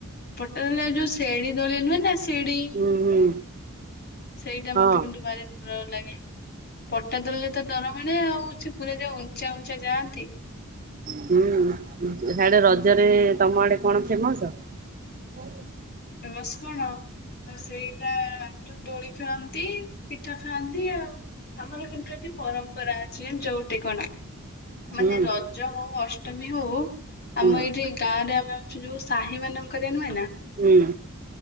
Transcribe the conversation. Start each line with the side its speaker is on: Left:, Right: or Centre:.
Left: ପଟା ଦୋଳି ଆଉ ଯୋଉ ଶେଢୀ ଦୋଳି ନୁହେଁ ନା। ଶିଡି
Right: ହୁଁ ହୁଁ
Left: <inaudible> ସେଇଟା
Right: ହଁ।
Left: ମତେ କିନ୍ତୁ ଭାରି ର ଲାଗେ। ପଟା ଦୋଳିରେ ତ ଡର ମାଡେ ଆଉ। ସେ ପୁରା ଯ ଉଞ୍ଚା ଉଞ୍ଚା ଯାଆନ୍ତି।
Right: ହୁଁ ସିଆଡେ ରଜରେ ତମ ଆଡେ କଣ ଫେମସ। <inaudible>
Left: ଫେମସ୍ କଣ ସେଇ ବା ଦୋଳି ଖେଳନ୍ତି ପିଠା ଖାଆନ୍ତି, ଆଉ ଆମର କିନ୍ତୁ ଏଠି ପରମ୍ପରା ଅଛି, ଯୋଉ ଗୋଟେ କଣ।
Right: ହୁଁ
Left: ମାନେ ରଜ ହଉ ଅଷ୍ ଟମି ହଉ।
Right: ହୁଁ
Left: ଆମ ଏଇଠି ଗାଁ ରେ ଆମେ ଅଛୁ ଯୋଉ ସାହି ମାନଙ୍କରେ ନୁହେଁ ନା।
Right: ହୁଁ